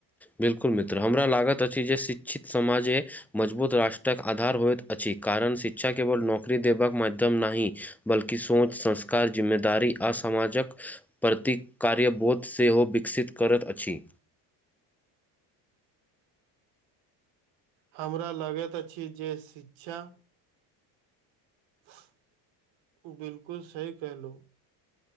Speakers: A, in the centre; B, on the right.
A: बिल्कुल मित्र हमरा लागत अछि जे शिक्षित समाजे मजबूत राष्ट्रक आधार होइत अछि कारण शिक्षा केवल नौकरी देबाक मध्यम नहि बल्कि सोच संस्कार जिम्मेदारी आसामाजक प्रति कार्यबोध सेहो विकसित करत अछि
B: हमरा लागेत अछि जे शिक्षा ह <unintelligible> बिल्कुल सही केहलु